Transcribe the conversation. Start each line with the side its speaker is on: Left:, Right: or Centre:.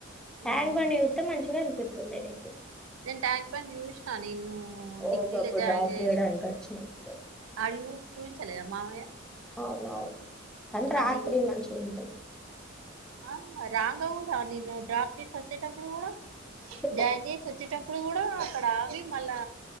Centre: ట్యాక్
Right: ఆహా.
Centre: బండి చూస్తే మంచిగా అనిపిం. స్తుంది నీకు.
Right: నేను ట్యాంక్ బండి చూసినా నిన్ను. ఉం
Centre: ఓ
Right: డిగ్రీల
Centre: గప్పుడు
Right: జాయిన్
Centre: డ్రాప్
Right: చేసిన,
Centre: చేయడానికి వచ్చినప్పుడు
Right: ఆడికి పోయి చూపించలేదా మామయ్య.
Centre: అవునవును, కానీ రాత్రి
Right: అన్నీ
Centre: మంచి ఉంటది.
Right: ఆ రాంగా కూడా నిన్నను డ్రాప్ చేసి వచ్చేటప్పుడు కూడా.
Centre: <inaudible>
Right: జాయిన్ చేసి వచ్చేటప్పుడు కూడా అక్కడ అవి మళ్ళా